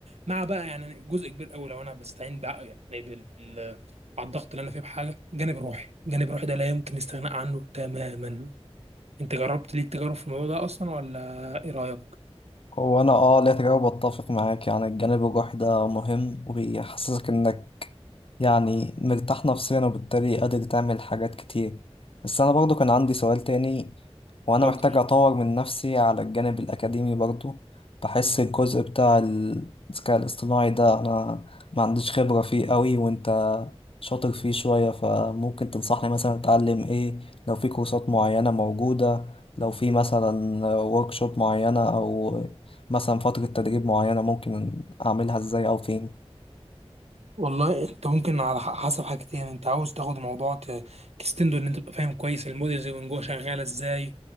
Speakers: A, on the right; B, on the left.
A: مع بقى يعني جزء كبير قوي لو انا بستعين بقى يعني بال على الضغط اللي انا فيه بحاجه الجانب الروحي الجانب الروحي ده لا يمكن الاستغناء عنه تماما انت جربت ليك تجارب في الموضوع ده اصلا ولا ايه رايك
B: هو انا اه لا تجاوب اتفق معاك يعني الجانب الروحي ده مهم وبيحسسك انك يعني مرتاح نفسيا وبالتالي قادر تعمل حاجات كتير بس انا برضو كان عندي سؤال تاني وانا
A: اتفضل
B: محتاج اطور من نفسي على الجانب الاكاديمي برضو بحس الجزء بتاع الذكاء الاصطناعي ده انا ما عنديش خبرة فيه قوي وانت شاطر فيه شوية فممكن تنصحني مثلا اتعلم ايه لو في كورسات معينة موجودة لو في مثلا ورك شوب معينة او مثلا فترة تدريب معينة ممكن أعملها إزاي أو فين
A: والله انت ممكن على ح- حسب حاجتين انت عاوز تاخد الموضوع ت- تستنده ان انت تبقى فاهم كويس المودلز من جوه شغاله ازاي